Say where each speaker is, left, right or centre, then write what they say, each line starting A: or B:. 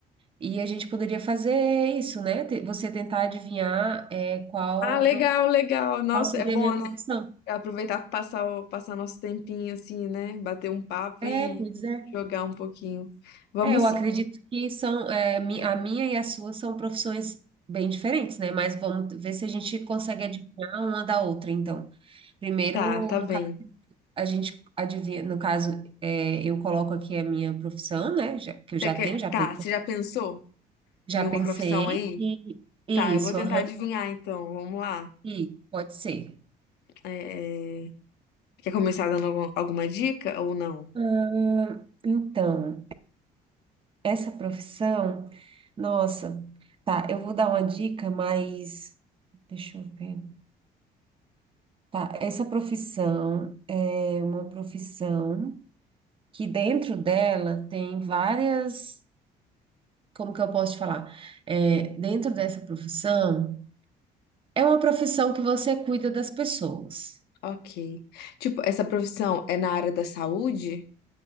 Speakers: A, on the right; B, on the left.
A: e a gente poderia fazer isso, né? Te- Você tentar adivinhar é, qual,
B: Ah, legal,
A: pro-
B: legal. Nossa,
A: qual seria
B: é bom,
A: a minha
B: né?
A: profissão.
B: Aproveitar pra passar, o- passar nosso tempinho assim, né? Bater um papo
A: É,
B: e
A: pois é.
B: jogar um pouquinho. Vamos
A: É, eu acredito
B: sim.
A: que são, é, mi- a minha e a sua são profissões bem diferentes, né? Mas vamos ver se a gente consegue adivinhar uma da outra, então. Primeiro,
B: Tá, tá
A: no
B: bem.
A: caso, a gente adivinha, no caso, é, eu coloco aqui a minha profissão, né? Já- que eu
B: Você
A: já
B: quer...
A: tenho, já
B: Tá,
A: pensei.
B: você já pensou?
A: Já
B: Nenhuma
A: pensei,
B: profissão aí?
A: e e
B: Tá, eu
A: isso,
B: vou tentar
A: aham,
B: adivinhar então. Vamos lá.
A: e pode ser.
B: É, Quer começar dando algum- alguma dica ou não?
A: Ah, então, essa profissão, nossa, tá, eu vou dar uma dica, mas deixa eu ver. Tá, essa profissão é uma profissão que dentro dela tem várias, como que eu posso te falar? É, dentro dessa profissão, é uma profissão que você cuida das pessoas,
B: Ok. Tipo, essa profissão é na área da saúde?